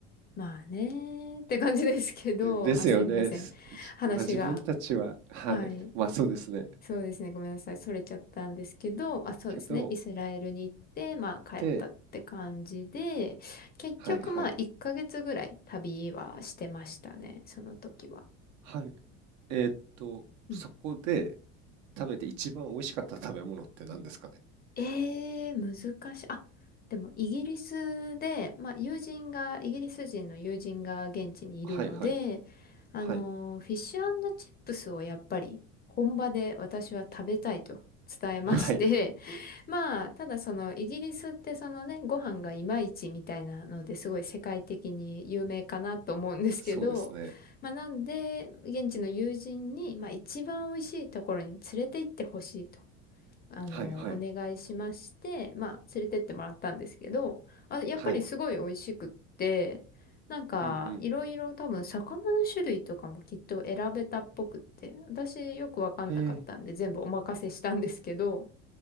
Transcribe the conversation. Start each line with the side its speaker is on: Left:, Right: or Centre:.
Left: まあね、って感じですけど、
Right: でですよね。
Left: あ、すいません。
Right: すじまあ、
Left: 話が。
Right: 自分たちは、はい。
Left: はい。
Right: まあそうですね。
Left: そうですね。ごめんなさい。それちゃったんですけど、あ、そうですね。
Right: けど、
Left: イスラエルに行って、まあ帰ったって感じで、
Right: で、
Left: 結局まあ1ヶ月ぐらい旅はしてましたね。
Right: はいはい。
Left: その時は。
Right: はい。えーっと、
Left: うん。
Right: そこで食べて一番美味しかった食べ物って何ですかね。
Left: えー、難しい。あ、でもイギリスで、まあ友人が、イギリス人の友人が現地にいるので、
Right: はいはい。
Left: あの、
Right: はい。<laughs>
Left: フィッシュチップスをやっぱり本場で私は食べたいと伝えまして、
Right: はい。
Left: まあ、ただそのイギリスってそのね、ご飯がいまいちみたいなのですごい世界的に有名かなと思うんですけど、
Right: そうですね。
Left: まあなんで、現地の友人に、まあ一番美味しいところに連れて行ってほしいと、あの、
Right: はいはい。
Left: お願いしまして、まあ連れてってもらったんですけど、あ、やっぱりすごい美味しくって、
Right: はい。
Left: なんか、
Right: うんうん。
Left: いろいろ多分魚の種類とかもきっと選べたっぽくって、私よくわかんなかったんで全部お任せしたんですけど、
Right: へえ。